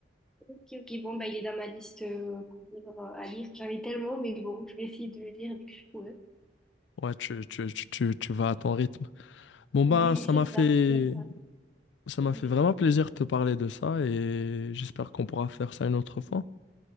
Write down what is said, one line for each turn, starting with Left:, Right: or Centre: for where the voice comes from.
Centre: Ok, ok. Bon, bah, il est dans ma liste euh, pour livres à lire. J'en ai tellement, mais bon, je vais essayer de le lire dès que je pourrai.
Left: Ouais, tu, tu, tu, tu, tu vas à ton rythme. Bon bah,
Centre: Oui,
Left: ça
Centre: c'est
Left: m'a fait,
Centre: ça, c'est bien ça.
Left: ça
Centre: Oui.
Left: m'a fait vraiment plaisir de te parler de ça et j'espère qu'on pourra faire ça une autre fois.